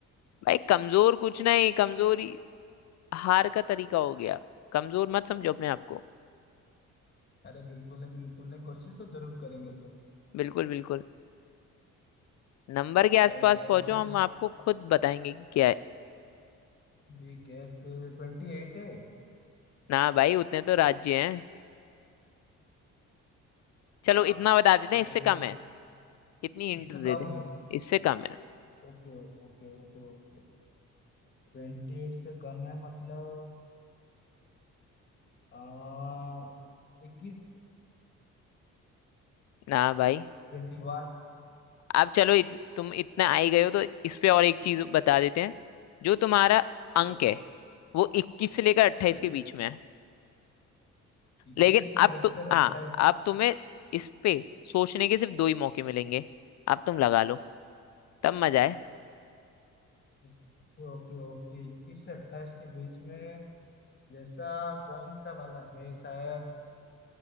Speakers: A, on the left; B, on the left.
A: भाई कमजोर कुछ नहीं कमजोरी हार का तरीका हो गया कमजोर मत समझो अपने आप को
B: अरे बिल्कुल नहीं बिल्कुल नहीं कोशिश तो जरूर करेंगे फिर
A: बिल्कुल बिल्कुल नंबर के आसपास
B: ट्वेंटी
A: पहुंचो हम आपको खुद बताएंगे कि क्या है
B: ठीक है फिर ट्वेंटी एट है
A: ना भाई उतने तो राज्य हैं चलो
B: हाँ
A: इतना बता देते
B: तो
A: हैं इससे
B: फिर
A: कम है इतनी हिंट
B: इससे
A: दे
B: कम
A: दें
B: है
A: इससे कम है
B: Okay okay okay okay twenty eight से कम है मतलब आ, इक्कीस
A: ना भाई
B: ट्वेंटी वन
A: अब चलो इत, तुम इतना आ ही गए हो तो इस पे और एक चीज बता देते हैं जो तुम्हारा अंक
B: ओके
A: है वो इक्कीस से लेकर अट्ठाईस
B: अच्छा
A: के बीच में है
B: इक्कीस
A: लेकिन
B: से
A: अब
B: लेकर
A: तो
B: अट्ठाईस
A: हाँ अब तुम्हें इस पे सोचने के सिर्फ दो ही मौके मिलेंगे अब तुम लगा लो तब मजा है
B: ओके ओके ओके इक्कीस से अट्ठाईस के बीच में जैसा कौन सा वाला है शायद